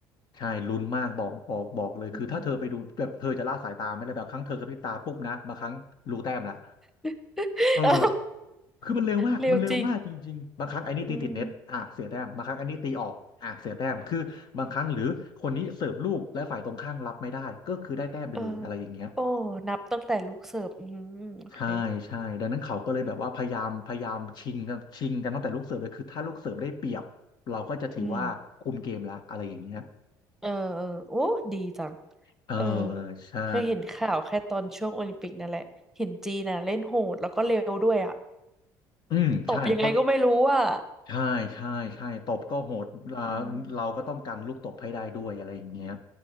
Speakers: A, on the left (about 55°); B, in the centre.
A: ใช่ลุ้นมากบอกบอกบอกเลยคือถ้าเธอไปดูแบบเธอจะละสายตาไม่ได้แบบครั้งเธอกระพริบตาปุ๊บนะบางครั้งรู้แต้มละ
B: อืม <laughs>
A: เออ
B: เอ้า
A: คือมันเร็วมากมันเร็วมากจริงๆบางครั้งไอ้นี่ตีติดเน็ตอ่ะเสียแต้มบางครั้งไอ้นี่ตีออกอ่ะเสียแต้มคือบางครั้งหรือคนนี้เสิร์ฟลูกและฝ่ายตรงข้ามรับไม่ได้ก็คือได้แต้มไปเลยอะไรอย่างเงี้ย
B: เร็วจริง อืม เออโอ้นับตั้งแต่ลูกเสิร์ฟอืมโอเค
A: ใช่ใช่ดังนั้นเขาก็เลยแบบว่าพยายามพยายามชิงกันชิงกันตั้งแต่ลูกเสิร์ฟเลยคือถ้าลูกเสิร์ฟได้เปรียบเราก็จะถือว่าคุมเกมละอะไรอย่างเงี้ย
B: อืม เออเออ โอ้ดีจัง
A: เออ
B: เออ
A: ใช่
B: เคยเห็นข่าวแค่ตอนช่วงโอลิมปิกนั่นแหละ เห็นจีนน่ะเล่นโหดแล้วก็เร็วด้วยอ่ะ
A: อืมใช่เพราะ
B: ตบยังไงก็ไม่รู้อ่ะ
A: ใช่ใช่ใช่ตบก็โหดเรา
B: อืม
A: เราก็ต้องกันลูกตบให้ได้ด้วยอะไรอย่างเงี้ย